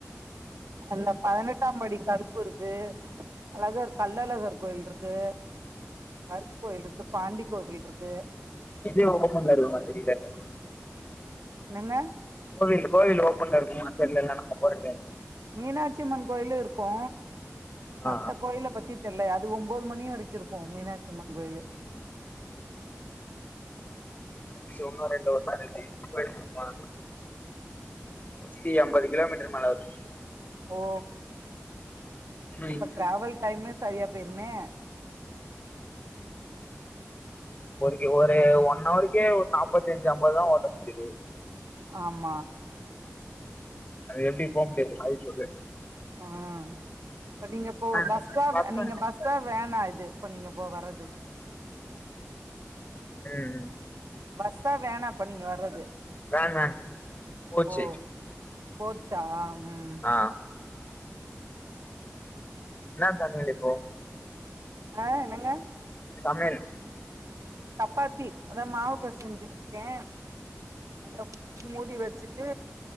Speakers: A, on the right; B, on the left.
A: அந்த பதினெட்டாம் படி கருப்புருக்கு அழகர் கல்லழகர் கோயில்ருக்கு கருப்பு கோயில்ருக்கு பாண்டி கோவில் ருக்கு
B: <unintelligible>
A: என்னங்க
B: கோவில் கோவில் ஓப்பன்ல இருக்குமா தெரியிலலா நாங்க போறக்கு
A: மீனாட்சிம்மன் கோயிலு இருக்கு
B: ஆ
A: மத்த கோயில பத்தி தெரில யா து ஒம்போது மணி வரைக் கிருக்கு மீனாட்சியம்மன் கோயிலு
B: ஒன்னோ ரெண்டோ மேரெஜ்ஜு போயிருப்போமா சுத்தி ஐம்பது கிலோமீட்டர் மேல வருது
A: ஓ
B: ம்
A: அப்பற டிராவல் டைமே சரியா போயிருமே
B: ஆமா ஒரு ஒரு ஒன்னவருக்கே ஒரு நாப்பத்தி அஞ்சு ஐம்பதுதா ஓட்ட முடியுது
A: ஆம்மா
B: அது எப்படி போ முடியாது வாய்ப்பு கம்மி
A: ஆஹ் இப்ப நீங்க போ பஸ்ஸா
B: வரேன்
A: நீங்க பஸ்ஸா வேனா இது இப்ப நீங்க போ வர்றது
B: உம் ம்
A: பஸ்ஸா வேனாப்பா நீங்க வர்றது
B: வேன் வேன் போச்சு
A: ஓ கோச்சா ஹ்ம்
B: ஆ என்னா சமயலிப்போ
A: ஆஹ் என்னங்க
B: சமையல்
A: சப்பாத்தி அதா மாவு பெசெஞ்சுட்டு க்கே அத மூடி வச்சுட்டு